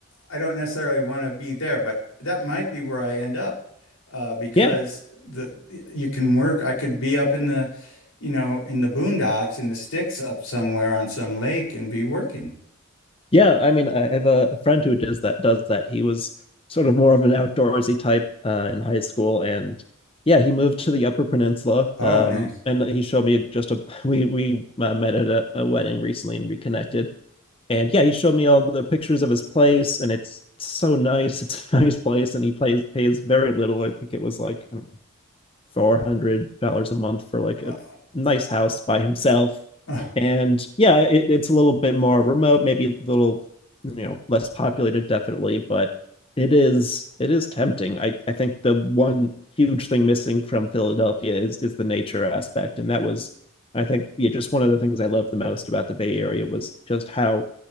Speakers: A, on the left; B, on the left.
A: I don't necessarily want to be there, but that might be where I end up uh, because
B: yeah
A: the you can work. I could be up in the, you know, in the boondocks in the sticks up somewhere on some lake and be working.
B: Yeah, I mean, I have a, a friend who does that. Does that? He was sort of more of an outdoorsy type uh, in high school, and yeah, he moved to the Upper Peninsula.
A: Oh,
B: Um,
A: nice.
B: and he showed me just a <laughs> we we uh, met at a, a wedding recently and reconnected. And yeah, he showed me all the pictures of his place, and it's so nice. <laughs> It's a nice place, and he plays pays very little. I think it was like I don't four hundred dollars a month for like
A: Well,
B: a nice house by himself.
A: oh,
B: And yeah, it, it's a little bit more remote, maybe a little you know less populated, definitely, but it is it is tempting. I I think the one huge thing missing from Philadelphia is is the nature aspect, and that was I think yeah, just one of the things I loved the most about the Bay Area was just how